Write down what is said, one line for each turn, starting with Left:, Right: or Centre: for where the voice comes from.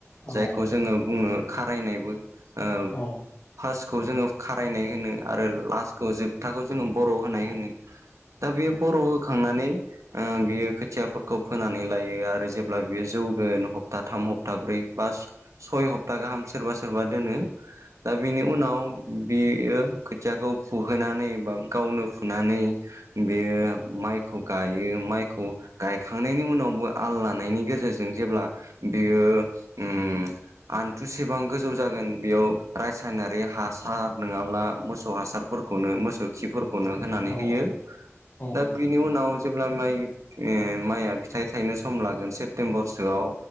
Left: औ
Right: जायखौ जोङो बुङो खारायनायबो ओ
Left: औ औ
Right: फार्स्टखौ जोङो खारायनाय होनो आरो लास्टखौ जोबथाखौ जोङो बर' होनाय होनो दा बे बर' होखांनानै बियो खोथियाफोरखौ फोनानै लायो आरो जेब्ला बियो जौगोन हप्ता थाम हप्ता ब्रै बा सय हप्ता गाहाम सोरबा सोरबा दोनो दा बेनि उनाव बेयो खोथियाखौ फुहोनानै बा गावनो फुनानै बेयो माइखौ गायो माइखौ गायखांनायनि उनावबो आल लानायनि गेजेरजों जेब्ला बेयो ओम आंथुसेबां गोजौ जागोन बेयाव रासायनारि हासार नङाब्ला मोसौ हासारफोरखौ खौनो मोसौ खिफोरखौनो होनानै
Left: औ
Right: होयो
Left: औ औ
Right: दा
Left: औ
Right: बिनि उनाव जेब्ला माइ माइआ फिथाइ थायनो सम लागोन सेप्तेम्बरसोआव